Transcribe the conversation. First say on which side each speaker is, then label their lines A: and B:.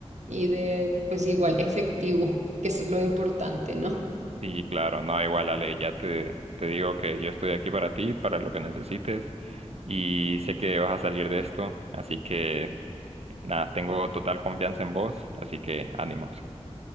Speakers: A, on the right; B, on the right.
A: y de, pues igual efectivo, que eso es lo importante, ¿no?
B: Sí, claro, no, igual, Ale, ya te, te digo que yo estoy aquí para ti, para lo que necesites, y sé que vas a salir de esto, así que nada, tengo total confianza en vos, así que ánimos.